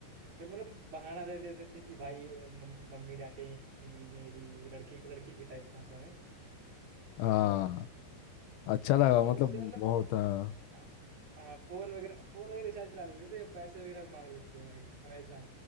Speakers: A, on the right (about 40°); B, on the left (about 80°).
A: फिर मतलब बहाना दे देते थे कि भाई अ, मम- मम्मी डांटेंगी मेरी लड़की लड़की की टाइप भाषा में
B: हाँ
A: और
B: अच्छा लगा
A: और
B: मतलब
A: उससे मतलब
B: बहुत हाँ
A: आ, आ, फोन वगैरह फोन वगैरह रिचार्ज करा लेते थे पैसे वगैरह भी मांग लेते थे भाई हमेशा